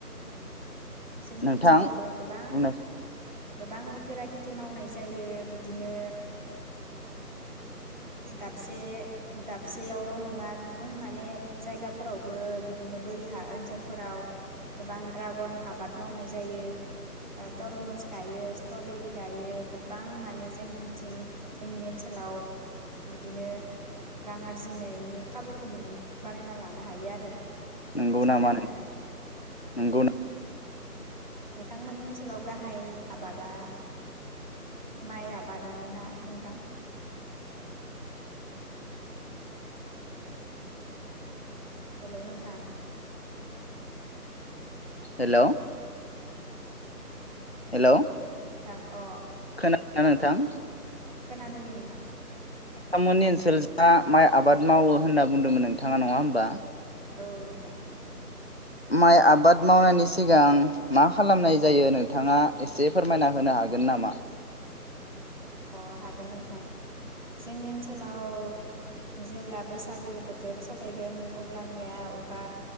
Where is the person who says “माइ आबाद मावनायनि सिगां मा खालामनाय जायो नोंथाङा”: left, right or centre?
Left